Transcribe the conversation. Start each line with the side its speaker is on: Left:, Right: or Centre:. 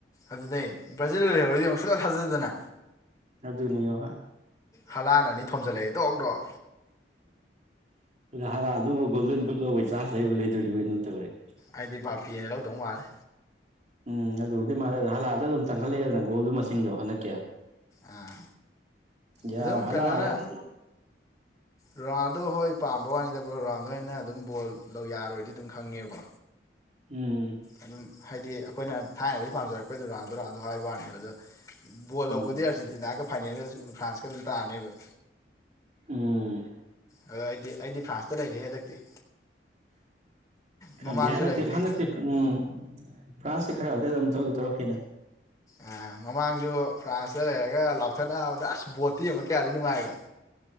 Left: ꯑꯗꯨꯗ ꯕ꯭ꯔꯥꯖꯤꯜꯗ ꯂꯩꯍꯧꯔꯤꯗꯣ ꯁꯨꯡꯊꯥ ꯊꯥꯖꯗꯅ꯫
Right: ꯑꯗꯨꯅꯦꯌꯣ꯫
Left: ꯍꯂꯥꯟꯅꯅꯤ ꯊꯣꯝꯖꯤꯜꯂꯛꯑꯦ ꯗꯣꯛ ꯗꯣꯛ꯫
Right: ꯍꯥꯔꯥ ꯑꯗꯨꯕꯨ ꯒꯣꯜꯗꯟ ꯕꯨꯠ ꯂꯧꯕꯩ ꯆꯥꯟꯁ ꯂꯩꯕꯨ ꯂꯩꯗꯣꯔꯤꯕ ꯀꯩꯅꯣꯝ ꯇꯧꯔꯦ꯫
Left: ꯑꯩꯗꯤ ꯕꯥꯞꯄꯦꯅ ꯂꯧꯗꯧ ꯃꯥꯜꯂꯦ꯫
Right: ꯎꯝ ꯑꯗꯨꯕꯨꯗꯤ ꯃꯥꯥꯏꯂꯦ ꯑꯗꯨ ꯍꯂꯟꯑꯁꯨ ꯑꯗꯨꯝ ꯇꯪꯈꯠꯂꯛꯑꯦꯗꯅ ꯒꯣꯜꯗꯨ ꯃꯁꯤꯡꯗꯣ ꯍꯟꯗꯛꯀꯤ
Left: ꯑꯥ
Right: ꯌꯥꯎꯔꯦ
Left: ꯑꯗꯨꯝ
Right: ꯍꯥꯂꯥ
Left: ꯀꯩꯅꯣꯅ
Right: ꯌꯥꯝ
Left: ꯔꯣꯅꯥꯜꯗꯣ ꯍꯣꯏ ꯄꯥꯝꯕ ꯋꯥꯅꯤꯗ ꯔꯤꯅꯥꯜꯗꯣ ꯍꯣꯏꯅ ꯑꯗꯨꯝ ꯕꯣꯜ ꯌꯥꯔꯣꯏꯗꯤ ꯑꯗꯨꯝ ꯈꯪꯉꯦꯕ
Right: ꯎꯝ
Left: ꯑꯗꯨꯝ ꯍꯥꯏꯗꯤ ꯑꯩꯈꯣꯏꯅ ꯊꯥꯏꯅꯗꯒꯤ ꯄꯥꯝꯖꯔꯛꯄꯩ ꯔꯣꯅꯥꯜꯗꯣ- ꯔꯣꯅꯥꯜꯗꯣ ꯍꯥꯏꯕ ꯋꯥꯅꯦ ꯑꯗꯨꯗ ꯕꯣꯜ
Right: ꯎꯝ
Left: ꯂꯧꯕꯗꯤ ꯑꯥꯔꯖꯦꯟꯇꯤꯅꯥꯒ ꯐꯥꯏꯅꯦꯜꯒ ꯐ꯭ꯔꯥꯟꯁꯀ ꯑꯗꯨꯝ ꯇꯥꯔꯅꯦꯕ
Right: ꯎꯝ
Left: ꯑ ꯑꯩꯗꯤ ꯑꯩꯗꯤ ꯐ꯭ꯔꯥꯟꯁꯇ ꯂꯩꯔꯦ ꯍꯟꯗꯛꯇꯤ ꯃꯃꯥꯡꯁꯨ
Right: ꯈꯪꯗꯦ ꯍꯟꯗꯥꯛꯇꯤ
Left: ꯂꯩꯕꯅꯤ
Right: ꯍꯟꯗꯥꯛ꯫ ꯎꯝ ꯐ꯭ꯔꯥꯟꯁꯦ ꯈꯔ ꯗꯤ ꯑꯗꯨꯝ ꯇꯧꯗꯤ ꯇꯧꯔꯛꯈꯤꯅꯤ꯫
Left: ꯑ ꯃꯃꯥꯡꯁꯨ ꯐ꯭ꯔꯥꯟꯁꯇ ꯂꯩꯔꯒ ꯂꯥꯎꯊꯠꯅꯕꯗ ꯑꯁ ꯕꯣꯠꯇ ꯌꯦꯡꯕꯗꯤ ꯀꯌꯥꯗꯤ ꯅꯨꯡꯉꯥꯏꯈ꯭ꯔꯦ꯫